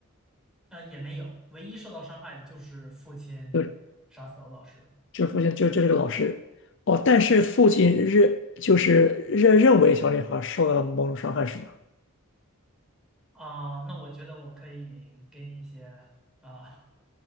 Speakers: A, in the centre; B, on the left.
A: 呃，也没有，唯一受到伤害的就是父亲杀死了老师
B: 就就父亲就就这个老师，哦，但是父亲认就是认认为小女孩受到了某种伤害是吧？
A: 啊、那我觉得我可以给你一些啊。